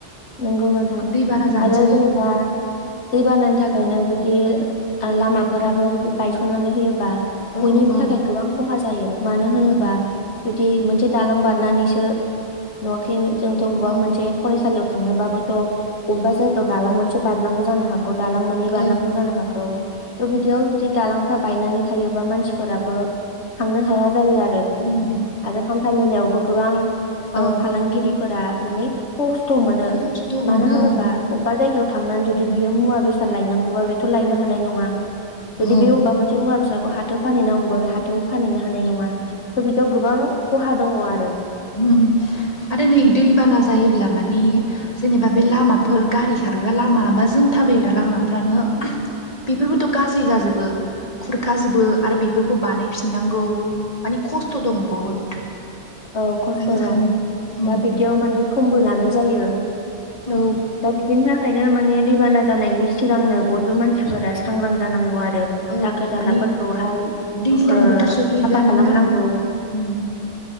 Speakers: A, on the left (about 70°); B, on the left (about 35°).
A: नंगौ नोंथां
B: दैबाना जानोसै
A: आरो जेनेबा दै बानानि थाखायनो जुदि लामाफोराबो जुदि बायसननानै होयोबा।
B: औ
A: बयनिबो
B: औ
A: थाखाय गोबां खहा जायो मानो होनोबा
B: उम
A: जुदि मोनसे दालां बार नानैसो नुवाखै जोंथ' अबेबा
B: औ
A: मोनसे फरायसालियाव थांनोबाबोथ' अबेबा जायगायाव दालां मोनसे बारनांगौ जानो हाग गौ दालां मोननै बारनांगौ
B: औ
A: जानो हागौ थ' बिदियाव जुदि दालांफ्रा बायनानै थायोबा मानसिफोराबो थांनो हाया जायो आरो।
B: उम
A: आरो हान्था मेलायावबो गोबां ओ
B: औ
A: फालांगिरिफोरा। मानि खस्थ' मोनो
B: खस्थ'
A: मानो
B: मोनो
A: होनोबा अब्बा जायगायाव थांनानै जुदि बियो मुवा बेसाद साद लायनांगौबा बेथ' लायनो हानाय नंङा जुदि
B: औ
A: बे अब्बा मुवा बेसाद फिसाखौ हाथायाव फानहैनांगौबा बे हाथायाव फानहैनो हानाय नंङा थ' बिदियाव गोबां खहा दंङ आरो।
B: होम आरो नै दैबाना जायोब्ला मानि जेनेबा बे लामाफोर गारिखा खारग्रा लामा बा जों थाबायग्रा लामाफ्रानो बेफोरबोथ' गाज्रि जाजोबो। खुरखाजोबो आरो बेफोरखौ बानायफिननांगौ मानि खस्थ' दं बहुद।
A: औ खस्थ'
B: आं सानो
A: दं
B: उम
A: दा बिदियाव माने समबो लानाय जायो।
B: औ
A: दा बिदिनि थाखायनो माने दैबाना जानायनि सिगांनो बयबो मानसिफोरा सांग्रां जानांगौ आरो। रो
B: औ
A: दाखोर दालाफोरखौहाय
B: माने
A: ओ
B: दैज्लां
A: साफा
B: बोथोर सफैब्लानो
A: खालामनांगौ।
B: ना उम